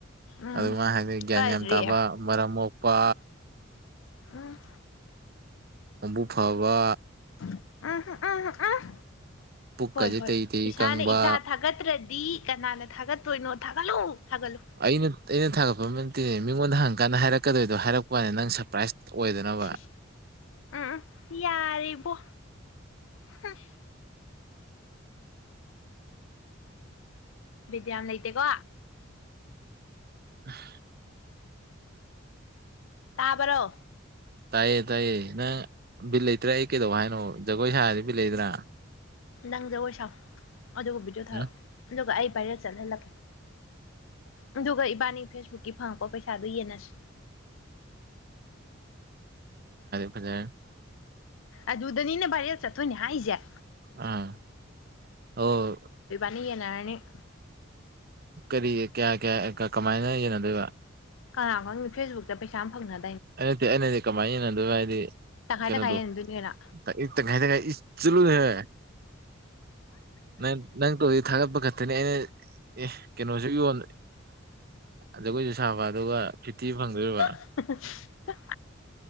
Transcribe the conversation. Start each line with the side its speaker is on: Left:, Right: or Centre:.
Left: ꯎꯝ
Right: ꯑꯗꯨ ꯃꯥ ꯍꯥꯏꯅꯤ ꯒ꯭ꯌꯥꯟ
Left: ꯀꯔꯤ
Right: ꯌꯥꯝ ꯇꯥꯕ ꯃꯔꯝ ꯃꯣꯛ ꯄꯥ
Left: ꯎꯝ
Right: ꯑꯕꯨꯛ ꯐꯕꯥ
Left: ꯎꯝ ꯎꯝ ꯎꯝ ꯎꯝ
Right: ꯄꯨꯛꯀꯁꯦ
Left: ꯍꯣꯏ ꯍꯣꯏ
Right: ꯇꯩ ꯇꯩ
Left: ꯏꯁꯥꯅ
Right: ꯀꯪꯕ
Left: ꯏꯁꯥ ꯊꯥꯒꯠꯇ꯭ꯔꯗ ꯗꯤ ꯀꯅꯥꯅ ꯊꯥꯒꯠꯇꯣꯏꯅꯣ ꯊꯥꯒꯠꯂꯨ ꯊꯥꯒꯠꯂꯨ
Right: ꯑꯩꯅ ꯑꯩꯅ ꯊꯥꯒꯠꯄ ꯑꯝ ꯅꯠꯇꯦ ꯃꯤꯉꯣꯟꯗ ꯍꯪꯉꯀꯥꯟꯗ ꯍꯥꯏꯔꯛꯀꯗꯣꯏꯗꯣ ꯍꯥꯏꯔꯛꯄꯥꯅꯦ ꯅꯪ ꯁꯔꯄ꯭ꯔꯥꯏꯖ ꯑꯣꯏꯗꯅꯕ
Left: ꯏꯁ ꯏꯁ ꯎꯝ ꯎꯝ ꯌꯥꯔꯦꯕꯣ ꯍꯨꯡ ꯕꯤꯠ ꯌꯥꯝ ꯂꯩꯇꯦꯀꯣ
Right: <inaudible>
Left: ꯇꯥꯕꯔꯣ
Right: ꯇꯥꯏꯌꯦ ꯇꯥꯏꯌꯦ ꯅꯪ ꯕꯤꯠ ꯂꯩꯇ꯭ꯔꯥ ꯑꯩ ꯀꯩꯗꯧ ꯍꯥꯏꯅꯣ ꯖꯒꯣꯏ ꯁꯥꯔꯗꯤ ꯕꯤꯠ ꯂꯩꯗ꯭ꯔ
Left: ꯅꯪ ꯖꯒꯣꯏ ꯁꯥꯎ ꯑꯗꯨꯒ ꯚꯤꯗꯤꯑꯣ ꯊꯥꯔꯛꯑꯣ
Right: ꯎꯝ
Left: ꯑꯗꯨꯒ ꯑꯩ ꯚꯥꯏꯔꯦꯜ ꯆꯠꯍꯜꯂꯛꯀꯦ ꯑꯗꯨꯒ ꯏꯕꯥꯅꯤ ꯐꯦꯁꯕꯨꯛꯀꯤ ꯐꯪꯉꯛꯄ ꯄꯩꯁꯥꯗꯨ ꯌꯦꯟꯅꯁꯤ
Right: ꯎꯡ
Left: ꯑꯗꯨꯗꯅꯤꯅꯦ ꯚꯥꯏꯔꯦꯜ ꯆꯠꯇꯣꯏꯅꯦ ꯍꯥꯏꯁꯦ
Right: ꯎꯝ ꯑꯣ
Left: ꯅꯤ ꯌꯦꯟꯅꯔꯅꯤ
Right: ꯀꯔꯤ ꯀꯌꯥ ꯀꯌꯥ ꯀ ꯀꯃꯥꯏꯅ ꯌꯦꯟꯅꯗꯣꯏꯕ
Left: ꯀꯅꯥ ꯈꯪꯅꯤ ꯐꯦꯁꯕꯨꯛꯇ ꯄꯩꯁꯥ ꯑꯝ ꯐꯪꯅ
Right: ꯑ ꯅꯠꯇꯦ ꯑꯩ ꯍꯥꯏꯗꯤ ꯀꯃꯥꯏꯟ ꯌꯦꯟꯅꯗꯣꯏꯕ ꯍꯥꯏꯗꯤ
Left: ꯇꯪꯈꯥꯏ
Right: ꯀꯩꯅꯣꯗꯣ
Left: ꯇꯪꯈꯥꯏ ꯌꯦꯟꯅꯗꯣꯏꯅꯤꯅ
Right: ꯇ ꯏ ꯇꯈꯥꯏ ꯇꯪꯈꯥꯏ ꯏꯁ ꯆꯠꯂꯨꯅꯦꯍꯦ ꯅꯪ ꯅꯪ ꯇꯣꯗꯨꯏ ꯊꯥꯒꯠꯄ ꯈꯛꯇꯅꯦ ꯑꯩꯅ ꯑꯦ ꯀꯩꯅꯣꯁꯨ ꯌꯣꯟ ꯖꯒꯣꯏꯁꯨ ꯁꯥꯕ ꯑꯗꯨꯒ ꯐꯤꯐꯇꯤ ꯐꯪꯗꯣꯏꯕ
Left: <unintelligible>